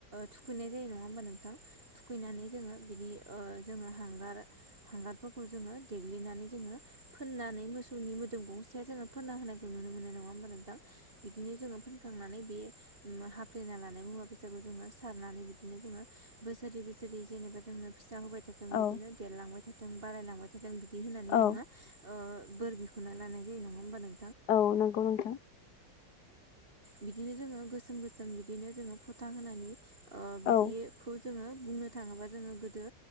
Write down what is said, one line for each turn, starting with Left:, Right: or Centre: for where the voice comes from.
Right: थुखैनाय जायो नङा होमबा नोंथां थुखैनानै जोङो बिदि ओ जोङो हांगार हांगारफोरखौ जोङो देग्लिनानै जोङो फोननानै मोसौनि मोदोम गंसेया जोङो फोनना होनायखौ नुनो मोनो नङा होमबा नों बिदिनो जोङो फोनखांनानै बे हाफ्लेना लानाय मुवा बेसाखौ जोङो सारनानै बि बिदिनो जोङो बोसोरि बोसोरि जेनेबा जोंनो फिसा होबाय थाथों
Left: औ
Right: बिदिनो देरलांबाय थाथों बारायलांबाय थाथों जों बिदि होनानै
Left: औ
Right: जोङो बोर बिख'ना लानाय जायो नङा होमबा नों
Left: औ नंगौ नोंथां
Right: बिदिनो जोङो गोसोम गोसोम बिदिनो जोङो फोथा होनानै ओ बिदि
Left: औ
Right: खौ जोङो बुंनो थाङोबा जोङो गोदो